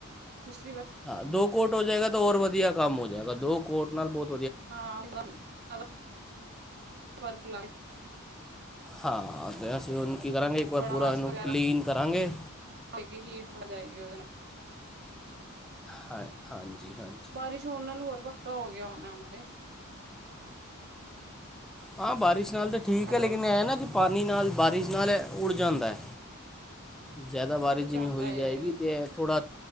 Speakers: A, on the right; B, in the centre.
A: ਤੁਸੀਂ
B: ਹਾਂ ਦੋ ਕੋਟ ਹੋ ਜਾਏਗਾ, ਤਾਂ ਹੋਰ ਵਧੀਆ ਕੰਮ ਹੋ ਜਾਏਗਾ ਦੋ ਕੋਟ ਨਾਲ ਪਹੁਤ।
A: ਹਾਂ, ਇਸ ਵਾਰ ਫਰਕ ਲਗ -
B: ਹਾਂ। ਆਪ ਫਿਰ ਹੁਣ ਕੀ ਕਰਾਂਗੇ, ਇੱਕ ਵਾਰ
A: ਬੜਾਸ
B: ਪੂਰਾ ਇਹਨੂੰ
A: ਵਗੈਰਾ
B: ਕਲੀਨ ਕਰਾਂਗੇ।
A: ਹੋਏਗੀ, ਹੀਟ ਹੋ ਜਾਏਗੀ ਉਹਦੇ ਨਾਲ
B: ਹਾਂ ਹਾਂਜੀ ਹਾਂਜੀ
A: ਬਾਰਿਸ਼ ਹੋਣ ਨਾਲ ਹੋਰ ਪੱਕਾ ਹੋ ਗਿਆ ਹੋਣਾ ਹੁਣ ਤੇ
B: ਹਾਂ ਬਾਰਿਸ਼ ਗੱਲ ਤੇ ਠੀਕ
A: ਹੈਲੋ
B: ਹੈ, ਲੇਕਿਨ ਇਹ ਹੈ ਨਾ ਕੀ -' ਪਾਣੀ ਨਾਲ ਬਾਰਿਸ਼ ਨਾਲ ਉੱੜ ਜਾਂਦਾ ਐ। ਜ਼ਿਆਦਾ ਬਾਰਿਸ਼
A: ਉੜ ਜਾਂਦਾ
B: ਜਿਵੇਂ ਹੋਈ
A: ਹੈ
B: ਜਾਏਗੀ, ਤੇ ਥੋੜ੍ਹਾ